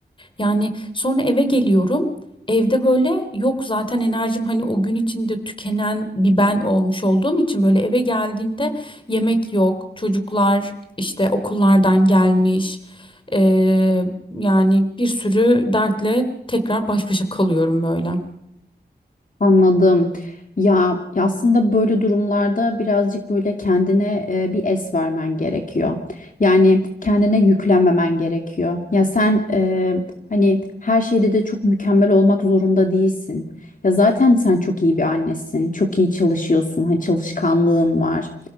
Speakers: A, on the left (about 30°); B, on the left (about 50°).
A: Yani sonra eve geliyorum evde böyle yok zaten enerjim hani o gün içinde tükenen bir ben olmuş olduğum için böyle eve geldiğimde yemek yok çocuklar işte okullardan gelmiş Ee, yani bir sürü dertle tekrar baş başa kalıyorum böyle.
B: Anladım. Ya, ya aslında böyle durumlarda birazcık böyle kendine e, bir es vermen gerekiyor. Yani kendine yüklenmemen gerekiyor. Ya sen e, hani her şeyde de çok mükemmel olmak zorunda değilsin. Ya zaten sen çok iyi bir annesin. Çok iyi çalışıyorsun. Hani çalışkanlığın var.